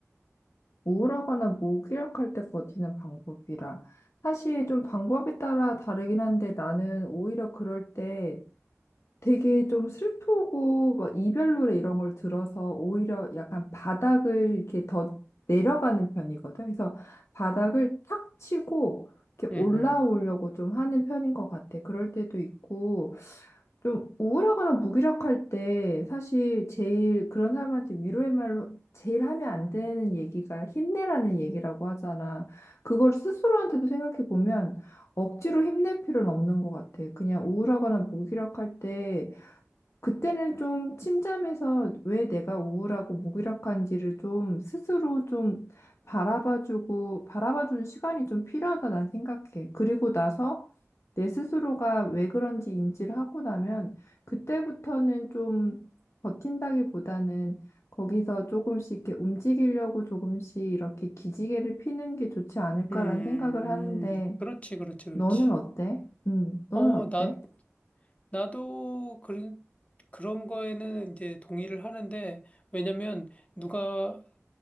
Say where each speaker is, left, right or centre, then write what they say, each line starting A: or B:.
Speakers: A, on the left; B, on the left.
A: 우울하거나 무기력할 때 버티는 방법이라. 사실 좀 방법에 따라 다르긴 한데 나는 오히려 그럴 때 되게 좀 슬프고 막 이별 노래 이런 걸 들어서 오히려 약간 바닥을 이렇게 더 내려가는 편이거든. 그래서 바닥을 탁 치고 이렇게
B: 응,
A: 올라오려고
B: 응.
A: 좀 하는 편인 것 같아. 그럴 때도 있고. 좀 우울하거나 무기력할 때 사실 제일 그런 사람한테 위로의 말로 제일 하면 안 되는 얘기가 힘내라는 얘기라고 하잖아. 그걸 스스로한테도 생각해 보면 억지로 힘낼 필요는 없는 것 같아. 그냥 우울하거나 무기력할 때 그때는 좀 침잠해서 왜 내가 우울하고 무기력한지를 좀 스스로 좀 바라봐주고, 바라봐주는 시간이 좀 필요하다 난 생각해. 그리고 나서 내 스스로가 왜 그런지 인지를 하고 나면 그때부터는 좀 버틴다기보다는 거기서 조금씩 이렇게 움직이려고 조금씩 이렇게 기지개를 피는 게 좋지 않을까라는
B: 음,
A: 생각을 하는데,
B: 그렇지, 그렇지, 그렇지.
A: 너는 어때? 음, 너는
B: 어,
A: 어때?
B: 나, 나도 그, 그런 거에는 이제 동의를 하는데, 왜냐면 누가,